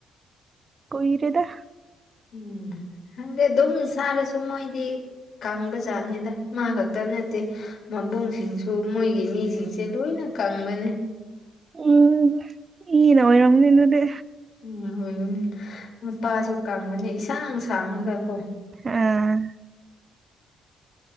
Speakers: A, on the right (about 35°); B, on the left (about 60°).
A: ꯀꯨꯏꯔꯦꯗ
B: ꯎꯝ ꯈꯪꯗꯦ ꯗꯨꯝ ꯁꯔꯥꯁꯨ ꯃꯣꯢꯗꯤ ꯀꯥꯡꯕꯖꯥꯠꯅꯤꯗ ꯃꯥ ꯈꯛꯇ ꯅꯠꯇꯦ ꯃꯕꯨꯡꯁꯤꯡꯁꯨ ꯃꯣꯏꯒꯤ ꯃꯤꯁꯤꯡꯁꯦ ꯂꯣꯏꯅ ꯀꯪꯕꯅꯦ
A: ꯎꯝ ꯏ ꯅꯥ ꯑꯣꯏꯔꯝꯅꯤ ꯗꯨꯗꯤ
B: ꯎꯝ ꯎꯝ ꯅꯨꯄꯥꯁꯨ ꯀꯪꯕꯅꯦ ꯏꯁꯥꯡ ꯁꯥꯡꯉꯒꯀꯣ
A: ꯑꯥ